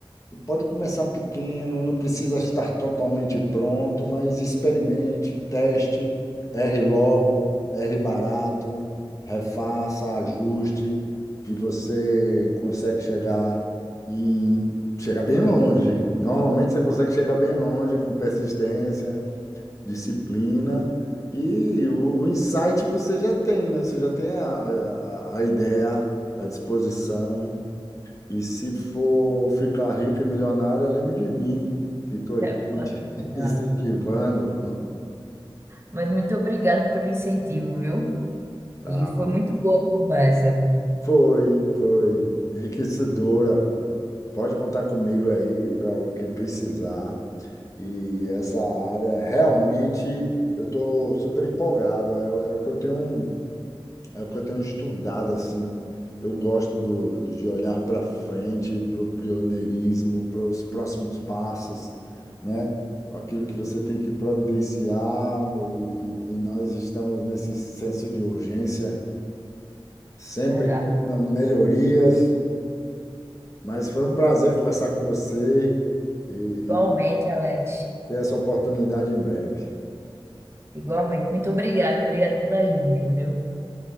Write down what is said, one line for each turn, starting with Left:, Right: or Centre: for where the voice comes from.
Left: Pode começar pequeno, não precisa estar totalmente pronto, mas experimente, teste, erre logo, erre barato, refaça, ajuste, e você consegue chegar em chegar bem longe. Normalmente você consegue chegar bem longe com persistência, disciplina, e o, o insight você já tem, né? Você já tem a, a, a ideia, a disposição. E se for ficar rico e milionário, lembre de mim, que estou
Right: <laughs>
Left: aqui
Right: É, pode
Left: te
Right: deixar.
Left: <laughs> incentivando.
Right: Mas muito obrigado pelo incentivo, viu?
Left: Ah,
Right: E foi muito boa a conversa,
Left: foi, foi. Enriquecedora. Pode contar comigo aí para o que precisar. E essa área, realmente, eu estou super empolgado. É, o é o que eu tenho. um É o que eu tenho estudado, assim. Eu gosto do, de olhar para frente, para o pioneirismo, para os próximos passos, né? Aquilo que você tem que providenciar, e, e- e nós estamos nesse senso de urgência, sempre
Right: verdade.
Left: querendo melhorias. Mas foi um prazer conversar com você e, e
Right: Igualmente, Alex.
Left: ter essa oportunidade em breve.
Right: Igualmente. Muito obrigado, obrigado pelas dicas, viu?